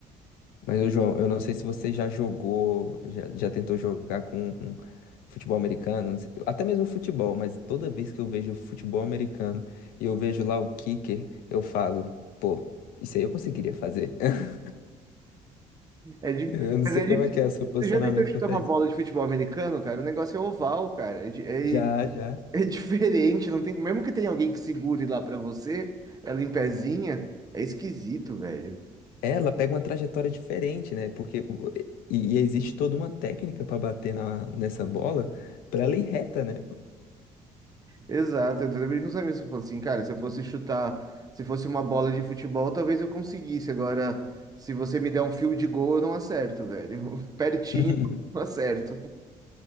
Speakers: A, on the left; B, on the right.
A: Mas, ô João, eu não sei se você já jogou, já, já tentou jogar com um futebol americano, não sei- até mesmo futebol, mas toda vez que eu vejo futebol americano e eu vejo lá o kicker, eu falo, pô, isso aí eu conseguiria fazer. <laughs>
B: É di-
A: Eu não
B: Mas
A: sei
B: é difícil.
A: como é que é o seu
B: Você
A: posicionamento
B: já tentou chutar
A: quanto
B: uma
A: a isso.
B: bola de futebol americano, cara? O negócio é oval, cara. É, di- é-
A: Já, já.
B: é diferente, não tem... Mesmo que tenha alguém que segure lá pra você, ela em pezinha, é esquisito, velho.
A: Ela pega uma trajetória diferente, né? Porque o- e, e existe toda uma técnica pra bater na, nessa bola pra ela ir reta, né?
B: Exato, eu também não amigos se eu falo assim, cara, se eu fosse chutar, se fosse uma bola de futebol, talvez eu conseguisse. Agora, se você me der um fio de gol, eu não acerto, velho. <laughs> Pertinho,
A: <laughs>
B: eu não acerto.